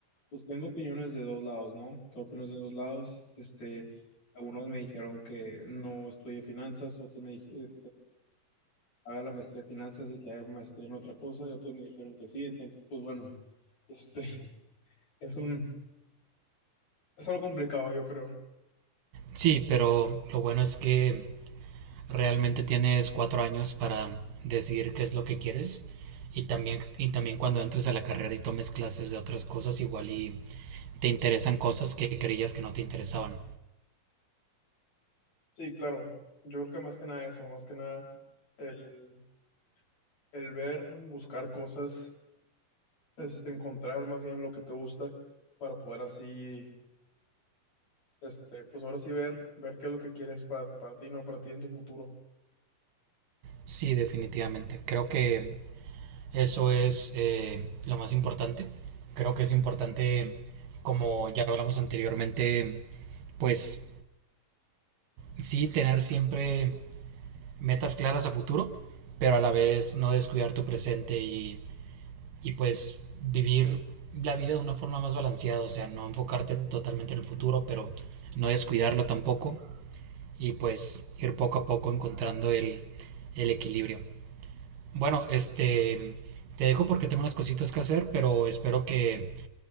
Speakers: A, on the left; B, on the right.
A: pues tengo opiniones de dos lados, ¿no? Tengo opiniones de dos lados. Este, algunos me dijeron que no estudie finanzas, otros me dijeron, haga la maestría de finanzas y que haga maestría en otra cosa, y otros me dijeron que sí. Entonces, pues bueno, este, <laughs> es un, es algo complicado, yo creo.
B: Sí, pero lo bueno es que realmente tienes cuatro años para decidir qué es lo que quieres y también, y también cuando entres a la carrera y tomes clases de otras cosas igual y te interesan cosas que creías que no te interesaban.
A: Sí, claro. Yo creo que más que nada eso, más que nada el, el ver, buscar cosas, este, encontrar más bien lo que te gusta para poder así, este, pues ahora sí ver, ver qué es lo que quieres para, para ti, no para ti en tu futuro.
B: Sí, definitivamente. Creo que eso es eh, lo más importante. Creo que es importante, como ya hablamos anteriormente, pues sí tener siempre metas claras a futuro, pero a la vez no descuidar tu presente y y pues vivir la vida de una forma más balanceada, o sea, no enfocarte totalmente en el futuro, pero no descuidarlo tampoco y pues ir poco a poco encontrando el, el equilibrio. Bueno, este, te dejo porque tengo unas cositas que hacer, pero espero que